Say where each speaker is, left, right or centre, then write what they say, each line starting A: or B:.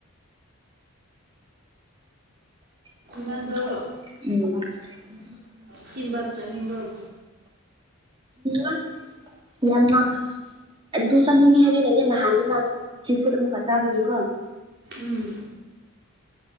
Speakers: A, on the right; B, on the right.
A: ꯎꯝ
B: ꯅꯪꯗꯣ ꯊꯝꯕꯥꯞꯆꯥ ꯅꯤꯡꯕꯞ
A: ꯎꯝ ꯌꯥꯝꯃ ꯑꯗꯨ ꯆꯪꯅꯤꯡꯉꯦ ꯍꯥꯏꯕꯤꯔꯛꯏꯗꯤꯦ ꯅꯍꯥꯟꯗꯨ ꯅꯍ ꯁꯤ ꯐꯨꯗ ꯑꯃꯨꯛꯀꯛ ꯆꯥꯕꯒꯤꯀꯣ ꯎꯝ
B: ꯎꯝ